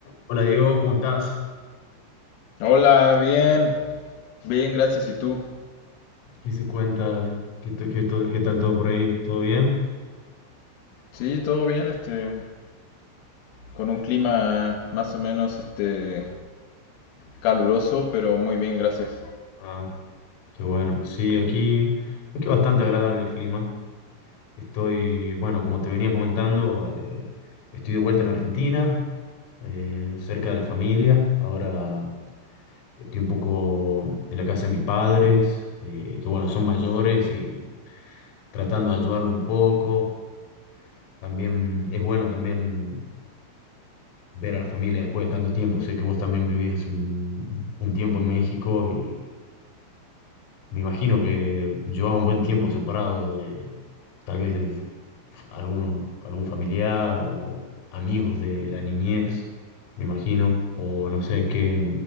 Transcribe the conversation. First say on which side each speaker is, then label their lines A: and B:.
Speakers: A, on the left (about 90°); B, on the left (about 70°).
A: Hola Diego, ¿cómo estás?
B: Hola, bien, bien, gracias. ¿Y tú?
A: ¿Qué se cuenta? ¿Qué, to- qué to- qué tal todo por ahí? ¿Todo bien?
B: Sí, todo bien, este, con un clima más o menos, este, caluroso, pero muy bien, gracias.
A: Ah, qué bueno. Sí, aquí, aquí bastante agradable el clima. Estoy, bueno, como te venía comentando, eh, estoy de vuelta en Argentina, eh, cerca de la familia. Ahora estoy un poco en la casa de mis padres, eh, que bueno, son mayores y tratando de ayudarlos un poco. También es bueno también ver a la familia después de tanto tiempo. Sé que vos también vivís un, un tiempo en México y me imagino que llevabas un buen tiempo separado de tal vez de f- alguno, algún familiar o amigos de la niñez, me imagino, o no sé, ¿qué,